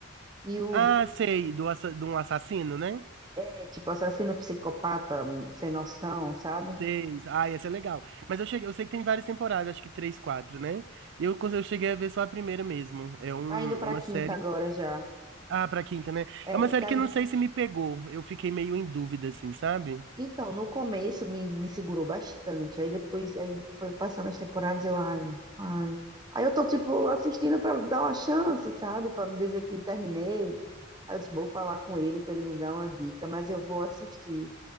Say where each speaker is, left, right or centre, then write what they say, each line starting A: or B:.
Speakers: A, on the right; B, on the right.
A: e o.
B: Ah, sei, do, assa... de um assassino, né?
A: É, tipo, assassino psicopata, hum, sem noção, sabe?
B: Sei. Ah, essa é legal. Mas eu cheguei... eu sei que tem várias temporadas, acho que três, quatro, né? Eu, cons- eu cheguei a ver só a primeira mesmo. É um...
A: Tá indo pra
B: uma
A: quinta
B: série...
A: agora já.
B: Ah, pra quinta, né?
A: É,
B: É uma série
A: tá,
B: que eu não sei se me pegou. Eu fiquei meio em dúvida, assim, sabe?
A: Então, no começo me, me segurou bastante. Aí depois, aí foi passando as temporadas, eu, ai, ai. Aí eu tô, tipo, assistindo pra dar uma chance, sabe? Pra não dizer que terminei. Aí eu disse, vou falar com ele pra ele me dar uma dica, mas eu vou assistir